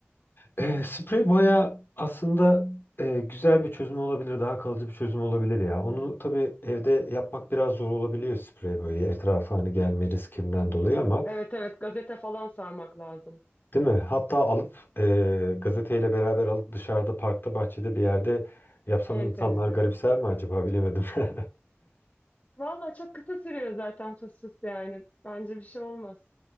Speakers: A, on the left; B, on the left.
A: E, sprey boya aslında e, güzel bir çözüm olabilir, daha kalıcı bir çözüm olabilir ya. Onu tabii evde yapmak biraz zor olabiliyor sprey boyayı etrafa hani gelme riskinden dolayı ama
B: Evet evet gazete falan sarmak lazım.
A: değil mi? Hatta alıp e, gazeteyle beraber alıp dışarıda parkta bahçede bir yerde yapsam
B: En
A: insanlar
B: temizi.
A: garipser mi acaba bilemedim. <laughs>
B: Valla çok kısa sürüyor zaten fıs fıs yani. Bence bir şey olmaz.